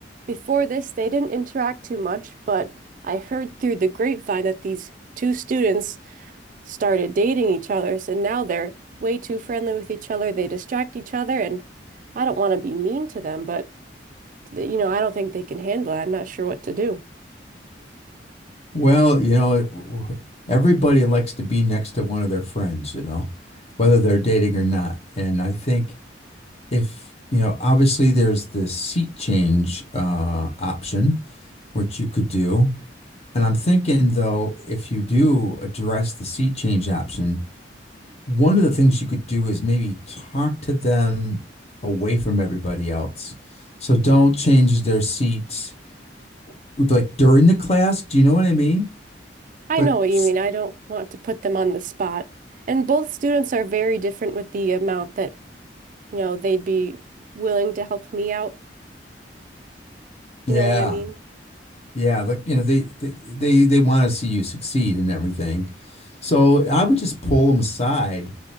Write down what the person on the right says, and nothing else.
Before this, they didn't interact too much, but I heard through the grapevine that these two students started dating each other, and now they're way too friendly with each other. They distract each other, and I don't want to be mean to them, but th- you know, I don't think they can handle it. I'm not sure what to do.
I
know what
you mean. I don't want to put them on the spot. And both students are very different with the amount that you know, they'd be willing to help me out.
You know what I mean?